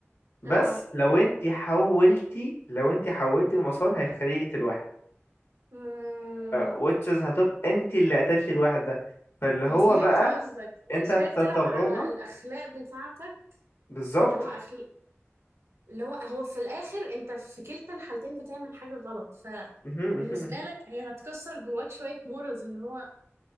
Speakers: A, on the left (about 60°); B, on the right (about 65°).
A: بس
B: اه
A: لو انت حولتي لو انت حولتي المسار هيخليه يقتل واحد
B: امم
A: which is هتبقى انت اللي قتلتي الواحد ده فاللي هو
B: فهمت
A: بقى
B: قصدك هي
A: انت
B: شوية بتلعب
A: تتغاضى
B: على الأخلاق بتاعتك
A: بالظبط
B: اللي هو أخل... اللي هو هو في الآخر أنت في كلتا الحالتين بتعمل حاجة غلط فبالنسبة
A: مهم، <laughs> مهم.
B: لك هي هتكسر جواك شوية مورالز اللي هو